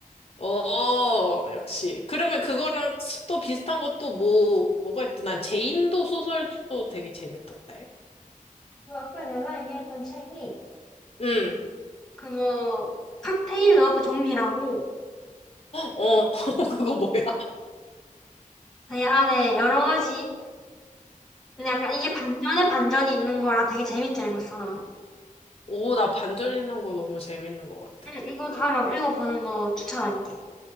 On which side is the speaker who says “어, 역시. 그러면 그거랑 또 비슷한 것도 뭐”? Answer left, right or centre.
Left